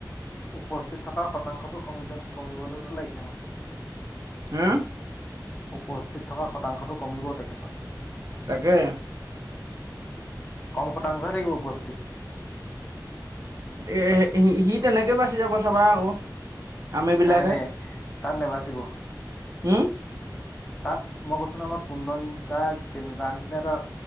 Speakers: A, on the left; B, on the right.
A: উপস্থিত থকা শতাংশটো কমিযেন কমিবযেন হে লাগিছে মু।
B: উমহ।
A: উপস্থিত থকা শতাংশটো কমিব তেখেতৰ।
B: তাকে।
A: কম শতাংশহে থাকিব উপস্থিতি।
B: এ সি সি তেনেকে বাছি যাব চাবা আকৌ। আমি বিলাকে
A: নাই নাই তাত নাবাচিব,
B: উম
A: তাত মই কৈছো আমাক কুন্দন দা তেনোকা তাৰ নিচিনা এটা